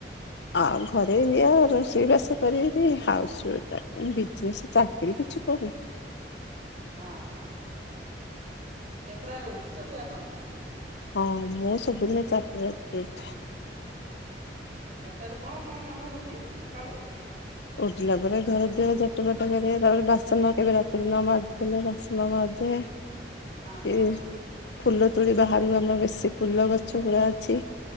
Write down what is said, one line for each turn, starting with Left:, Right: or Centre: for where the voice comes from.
Left: ଆଉ ଘରେ ବିଆ ରୋଷେଇବାସ କରିନୀ ହାଉସ୍ୱ ବିଜନେସ୍ ଚାକିରି କିଛି କରୁନି।
Right: ହଁ ହଁ ହଁ କେତେଟାରେ ଉଠୁଛନ୍ତି ଆପଣ।
Left: ହଁ ମୁଁ ସବୁଦିନ ଚାରିଟା ରାତିରୁ ଉଠେ।
Right: ଚାଟାରୁ କଣ କଣ କାମ ହଉଛି ସକାଳୁ।
Left: ଉଠିଲା ପରେ ଘର ଦ୍ୱଆରେ ଝଟ ବାଟ କର ତାପରେ ବାସନ କେବେ ରାତିରେ ନ ମାଜିଥିଲେ ବାସନ ମାଜେ।
Right: ହଁ ହଁ
Left: ଏ
Right: ହଁ ହ।
Left: ଫୁଲ ତୋଳି ବାହାରୁ ଆମର ବେଶୀ ଫୁଲ ଗଛ ପୁରା ଅଛି